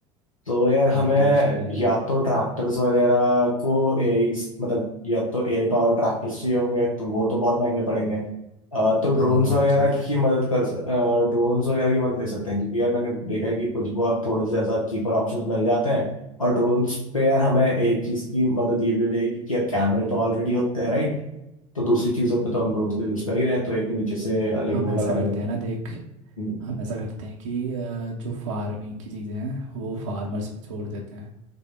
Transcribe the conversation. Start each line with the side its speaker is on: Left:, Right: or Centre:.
Left: तो यार
Right: हाँ
Left: हमें
Right: इरिगेशन के लिए हम
Left: या तो ट्रैक्टर्स वगैरह को एआई मतलब या तो एआई पावर ट्रैक्टर्स चाहिए होंगे तो वो तो बहुत महंगे पड़ेंगे अ, तो ड्रोन्स
Right: हाँ बहुत
Left: वगैरह
Right: ज़्यादा
Left: की मदद कर ड्रोन्स वगैरह की मदद ले सकते हैं क्योंकि यार मैंने देखा है कि कुछ बहुत थोड़े से ऐसा चीपर ऑप्शंस मिल जाते हैं और ड्रोन्स पे यार हमें एक चीज़ की मदद ये भी हो जाएगी कि यार कैमरे तो ऑलरेडी होते हैं राइट तो दूसरी चीज़ों पे तो हम ड्रोन्स का यूज़ कर ही रहे हैं तो एक नीचे से अलग
Right: हम
Left: वो
Right: ऐसा
Left: लगा लिया
Right: करते हैं ना देख
Left: हम्म,
Right: हम ऐसा करते हैं कि अ, जो फार्मिंग की चीज़ें हैं वो फार्मर्स पे छोड़ देते हैं